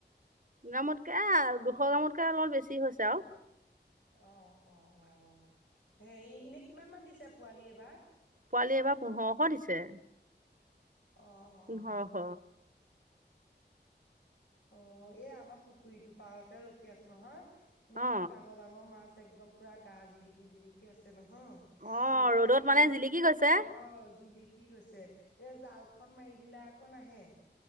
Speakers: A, on the right; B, on the left.
A: গ্ৰামতকে দুশ গ্ৰামতকে অলপ বেছি হৈছে আৰু।
B: অ' অ' অ', হেৰি এনে কিমান মান দিছে পোৱালি এইবাৰ?
A: পোৱালি এইবাৰ পোন্ধৰশ দিছে।
B: অ' অঁ।
A: পোন্ধৰশ
B: অ এই আমাৰ পুখুৰীটো পাৰতে ৰখি আছো নহয় এনেকুৱা
A: অ
B: ডাঙৰ ডাঙৰ মাছ একদম পুৰা গা জিলিকি জিলিকি আছে নহয়।
A: অ
B: এইবোৰ পাই
A: ৰ'দত
B: হেৰি
A: মানে জিলিকি গৈছে
B: অঁ জিলি কি গৈছে এ জালখন মাৰি দিলে আকৌ নাহে।